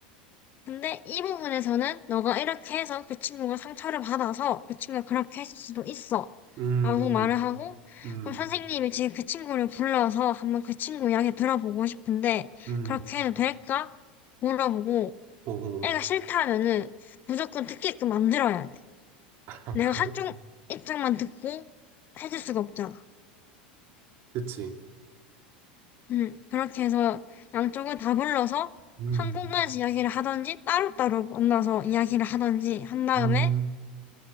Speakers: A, on the left; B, on the right.
A: 근데 이 부분에서는 너가 이렇게 해서 그 친구가 상처를 받아서 그 친구가 그렇게 했을 수도 있어.
B: 음,
A: 라고 말을 하고,
B: 음,
A: 그럼 선생님이 지금 그 친구를 불러서 한번 그 친구 이야기 들어보고 싶은데,
B: 음.
A: 그렇게 해도 될까? 물어보고,
B: 오호.
A: 애가 싫다면은 무조건 듣게끔 만들어야 돼.
B: <laughs>
A: 내가 한쪽 입장만 듣고 해줄 수가 없잖아.
B: 그치.
A: 음, 그렇게 해서 양쪽을 다 불러서
B: 음,
A: 한 공간에서 이야기를 하든지 따로따로 만나서 이야기를 하든지 한 다음에
B: 음,